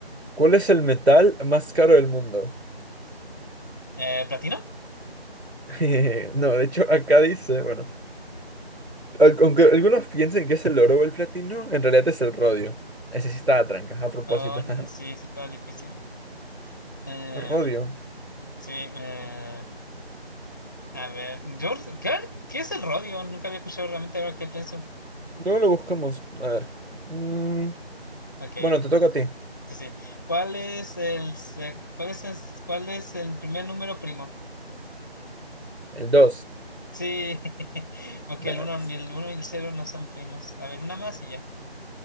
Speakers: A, on the right; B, on the left.
A: ¿Cuál es el metal más caro del mundo?
B: Eh, ¿platino?
A: <laughs> No, de hecho, acá dice, bueno, al- aunque algunos piensen que es el oro o el platino, en realidad es el rodio. Ese sí está a tranca, a propósito.
B: Oh, mm,
A: <laughs>
B: sí, sí, está difícil. Em,
A: Rodio.
B: sí, eh, a ver, yo, ¿qué? ¿Qué es el rodio? Nunca había escuchado realmente ahora que pienso.
A: Luego lo buscamos. A ver. Mm,
B: Ok,
A: bueno,
B: ok.
A: te toca a ti.
B: Sí, sí. ¿Cuál es el, se- cuál es el, cuál es el primer número primo?
A: El dos
B: Sí, <laughs> porque
A: Nice.
B: el uno ni el uno y el cero no son primos. A ver, una más y ya.